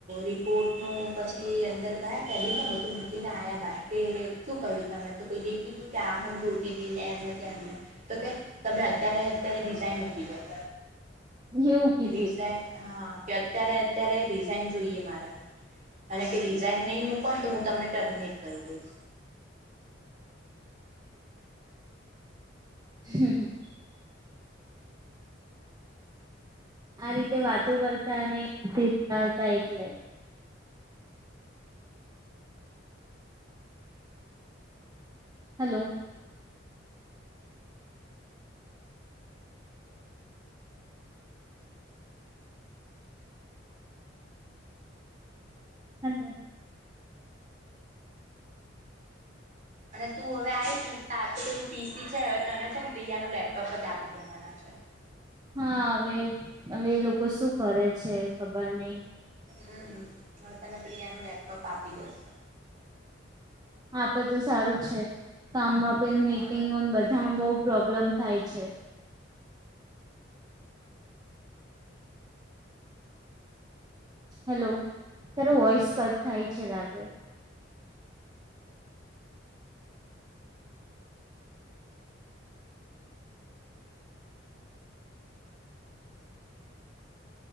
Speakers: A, on the right (about 40°); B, on the right (about 20°).
A: રિપોર્ટનું પછી અંદર ગયા કેબિનને બધું મૂકીને આવ્યા બાર કે શું ક્યું તમે તો પે કીધું ત્યાં હું જોતી હતીઈ ને એમ ને તેમને. તો કે તમે અત્યારે અત્યારે ડિઝાઇન મૂકી જાવ
B: એવું કીધું
A: રિઝાઈન હા કે અત્યારે અત્યારે રિઝાઈન જોઈએ મારા અને કે રિઝાઈઇન નહી મૂકો ને તો હું તમને ટર્મિનેટ કરી દઈશ
B: હમ હ આ રીતે વાતો કરતા અને આવતા એટલે હલો હમ
A: અને તું હવે આવીશ ને તાર તોું પરું પીસી છે હવે તને છે ને પ્રિયા નું લેપટોપ જ આપી દેવાના છે
B: હા હવે હવે એ લોકો શું કરે છે ખબર નઈ
A: હમ હવે તને પ્રિયા નું લેપટોપ આપી દેસ
B: આપે તો સારું છે, કામમાં આપે મીટિંગોને
A: હા
B: બધામાં બહુ પ્રોબ્લેમ થાય છે. હેલો તારો વોઇસ કટ થાય છે, લાગે